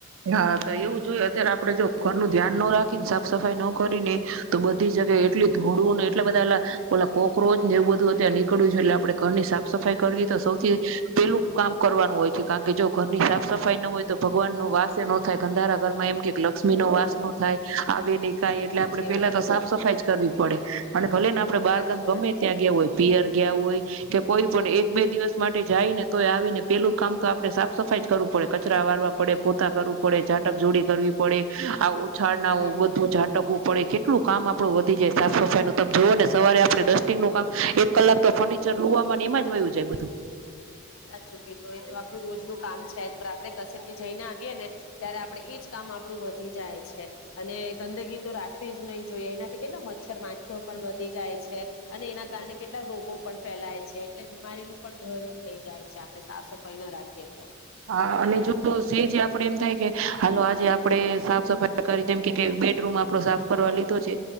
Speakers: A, on the right; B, on the left.
A: હા, તો એવું જોઈય અત્યારે આપડે જો
B: હમ
A: ઘરનું ધ્યાન નો રાખી ન સાફ સફાઈ નો કરીને તો બધ બધી જગાએ એટલી ધૂળોને એટલા બધા ઓલા ઓલા કોકરોચને એવું બધું અત્યાર નીકળ્યું છે એટલે આપડે ઘરની સાફ સફાઈ કરવી તો સૌથી પેલું કામ કરવાનું હોય છે. કારણ કે જો ઘરની સાફ સફાઈ ન હોય તો ભગવાનનો વાસ નો થાય. ગંધારા ઘરમાં એમ કે લક્ષ્મી નો વાસ નો થાય, આવે નહીં કાંઈ એટલે
B: સાચી
A: આપડે પેલા
B: વાત
A: તો સાફ સફાઈ જ કરવી પડે. અને ભલે ને આપડે બાર
B: સાચી
A: ગામ
B: વાત
A: ગમે ત્યાં ગ્યા હોય પિયર ગ્યા હોય કે કોઈ પણ એક બે દિવસ માટે જાય ને તોય આવીને પેલું કામ તો આપણે સાફ સફાઈ જ કરવું પડે કચરા વારવા પડે પો તા કરું પડે ટક જોડી કરવી પડે આ ઓછાળના
B: હમ
A: અઅ બધું ઝાટકવું પડે કેટ કેટલું કામ આપડું વધી જાય સાફ સફાઈનું તમ જોવો ને સવારે આપડે ડસ્ટિંગનું કામ એક કલાક તો ફર્નિચર લુવામાં એમાં જ હોયું જાય બધું.
B: સાચું કીધું એ તો આપડું રોજનું કામ છે જ પણ આપડે કશેથી જઈને આવીએે ને ત્યારે આપડે એ જ કામ આપડું વધી જાય છે અને ગંદગી તો રાખવી જ નહીં જોઈએ એનાથી કેટલા મચ્છર માખીઓ પણ વધી જાય છે અને એના કારણે કેટલા રોગો પણ ફેલાય છે એટલે બીમારીનું પણ ઘર થઈ જાય છે આપડે સાફ સફાઈ ન રાખીએ તો.
A: હા, અને જો સેજ આપડે એમ થાય કે હાલો આજે આપડે સાપ સફાઈ કરી જેમ કે કેય બે રૂમ આપડો સાફ કરવા લીધો છે